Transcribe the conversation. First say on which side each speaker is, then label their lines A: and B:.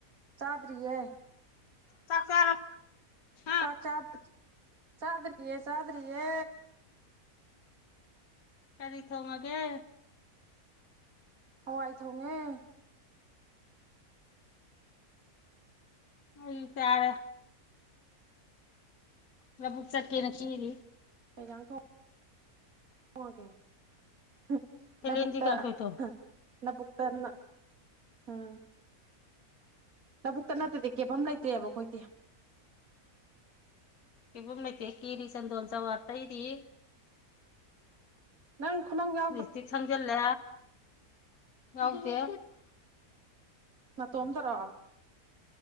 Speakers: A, on the right; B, on the left.
A: ꯆꯥꯗ꯭ꯔꯤꯌꯦ
B: ꯆꯥꯛ ꯆꯥꯔꯞ <unintelligible>
A: ꯆꯥꯛ ꯆꯥꯕ ꯆꯥꯗ꯭ꯔꯤꯌꯦ ꯆꯥꯗ‍꯭ꯔꯤꯌꯦ
B: ꯀꯔꯤ ꯊꯣꯡꯉꯒꯦ
A: ꯍꯋꯥꯏ ꯊꯣꯡꯉꯦ
B: ꯑꯩ ꯆꯥꯔꯦ ꯂꯕꯨꯛ ꯆꯠꯀꯦꯅ ꯀ‌ꯦꯔꯤ
A: ꯀꯩ ꯏꯁꯥꯡ ꯊꯣꯡ ꯊꯣꯡꯉꯒꯦ ꯅ
B: ꯁꯦꯂꯦꯟꯗꯤ
A: ꯂꯕꯨꯛꯇ
B: ꯀꯥꯡꯁꯣꯏ ꯊꯣꯡ
A: ꯍ ꯂꯕꯨꯛꯇ ꯅ ꯎꯝ ꯂꯧꯕꯨꯛꯇ ꯅꯠꯇ꯭ꯔꯗꯤ ꯀꯦꯐꯝ ꯂꯩꯇ‌ꯦꯕ ꯈꯣꯏꯗꯤ
B: ꯀ‌ꯦꯕꯝ ꯂꯩꯇꯦ ꯀ‌ꯦꯔꯤ ꯆꯟꯗꯣꯜ ꯆꯋꯥ ꯇꯩꯔꯤ
A: ꯅꯪ ꯈꯨꯂꯪ ꯌ
B: ꯂꯤꯞꯁꯇꯤꯛ ꯁꯪꯖꯤꯜꯂꯦ ꯌꯥꯎꯗꯦ
A: ꯅꯇ‌ꯣꯝꯗꯔ‌ꯣ